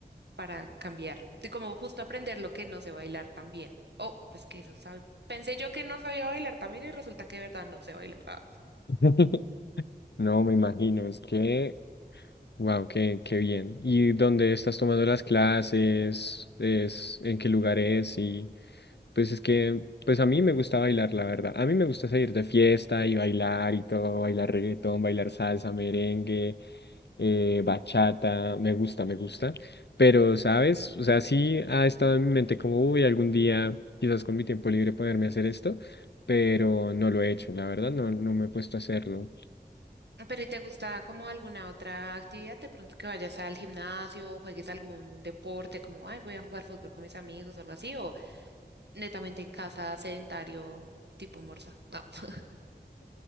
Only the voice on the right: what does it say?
para cambiar, de como justo aprender lo que no sé bailar también. Oh, pues que eso sabe. Pensé yo que no sabía bailar también y resulta que de verdad no sé bailar. Ah.
Pero ¿y te gusta como alguna otra actividad? De pronto que vayas al gimnasio o juegues algún deporte, como, ay, voy a jugar fútbol con mis amigos o algo así, o netamente en casa, sedentario, tipo morsa. No. <laughs>